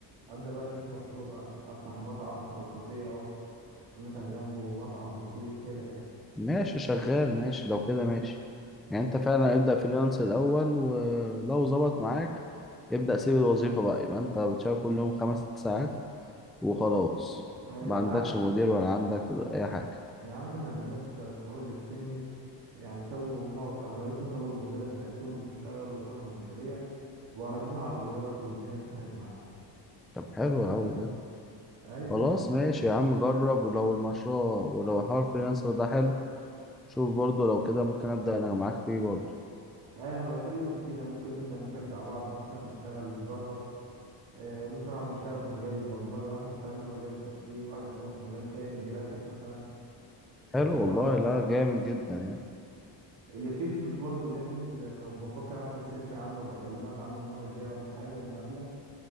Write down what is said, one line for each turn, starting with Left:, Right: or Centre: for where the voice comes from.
Right: ابدا بقى اشوف مشروع بقى افتح مطعم او كافيه او أط- مثلا جنبه مطعم بسيط كده يعني
Centre: ماشي شغال ماشي لو كده ماشي يعني انت فعلا ابدأ فريلانس الأول ولو ظبط معاك ابدأ سيب الوظيفة بقى يبقى انت بتشتغل كل يوم خمس ست ساعات وخلاص
Right: ايوه
Centre: ما عندكش
Right: انا عارف
Centre: مدير ولا عندك أي حاجة
Right: يا عم انا الناس صحابي اللي في سني يعني سابوا ما- اغلبيتهم سابوا الوظائف بتاعتهم واشتغلوا وفتحوا مشاريع بقوا راكبين عربيات والدنيا فتحت معاهم
Centre: طب حلو أوي ده
Right: ايوه
Centre: خلاص
Right: ف
Centre: ماشي يا عم جرب ولو المشروع ولو حوار فريلانسر ده حلو شوف برضو لو كده ممكن أبدأ أنا معاك فيه برضو
Right: ايوه انا بتكلم في كده ممكن نبدا نشجع بعض مثلا نشتغل نجرب آه، مثلا واحد بيشتغل في مجال البرمجه واحد يشتغل مثلا في مجال التسويق واحد يشتغل في مجال تاني الجرافيك مثلا والحوارات
Centre: حلو والله
Right: دي
Centre: لا
Right: اه
Centre: جامد جدا يعني
Right: اللي فيه فلوس برضو جامد آه، وبفكر اعمل سيرش عنه وابقى اكلمك عنه المره الجايه ولا حاجه اما اقابلك